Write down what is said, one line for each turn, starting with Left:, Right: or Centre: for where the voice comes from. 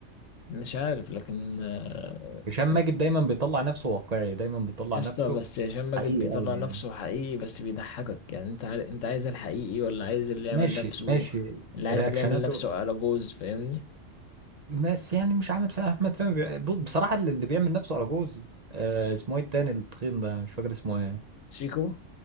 Left: مش عارف لكن آه،
Right: هشام
Left: آه،
Right: ماجد دايما بيطلع نفسه واقعي دايما بيطلع
Left: يا اسطى
Right: نفسه
Left: بس هشام ماجد
Right: حقيقي
Left: بيطلع
Right: قوي
Left: نفسه
Right: يعني
Left: حقيقي بس بيضحكك يعني أنت عار- أنت عايز الحقيقي ولا عايز اللي يعمل
Right: ماشي
Left: نفسه
Right: ماشي
Left: اللي عايز
Right: رياكشناته
Left: اللي يعمل نفسه على جوز فاهمني
Right: بس يعني مش عامل فيها احمد فهمي بي- ب- بصراحة اللي اللي بيعمل نفسه اراجوز آه اسمه ايه التاني التخين ده مش فاكر اسمه ايه
Left: شيكو